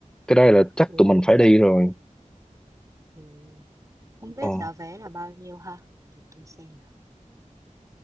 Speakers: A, in the centre; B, on the right.
A: Cái đây là chắc
B: Ừ,
A: tụi mình phải đi rồi.
B: ừ. Không biết
A: Ờ.
B: giá vé là bao nhiêu ha? Để tôi xem nào.